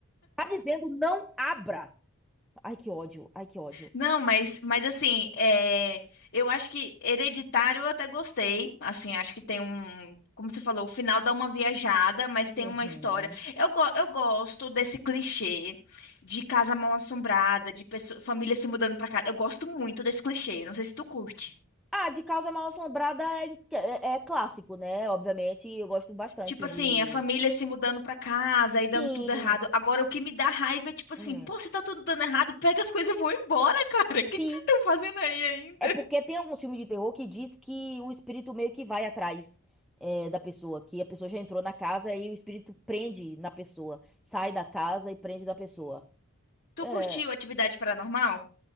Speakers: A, in the centre; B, on the left.
A: Tá dizendo: "Não abra". Ai, que ódio. Ai, que ódio.
B: Não, mas, mas assim, é, eu acho que Hereditário eu até gostei. Assim, acho que tem um. Como você falou, o final dá uma viajada, mas
A: Uhum.
B: tem uma história. Eu, go- eu gosto desse clichê de casa mal-assombrada, de pessoa, família se mudando pra casa. Eu gosto muito desse clichê. Não sei se tu curte.
A: Ah, de causa mal assombrada é, é, é clássico, né? Obviamente, eu gosto bastante
B: Tipo assim,
A: de
B: a família se mudando pra casa e dando
A: Sim.
B: tudo errado. Agora, o que me dá raiva é tipo assim,
A: Hum.
B: pô, se tá tudo dando errado, pega as coisas e vou embora, <laughs> cara. O que
A: Sim.
B: que vocês estão fazendo aí ainda?
A: É porque tem alguns filmes de terror que diz que o espírito meio que vai atrás é, da pessoa, que a pessoa já entrou na casa e o espírito prende na pessoa, sai da casa e prende da pessoa.
B: Tu
A: É,
B: curtiu Atividade Paranormal?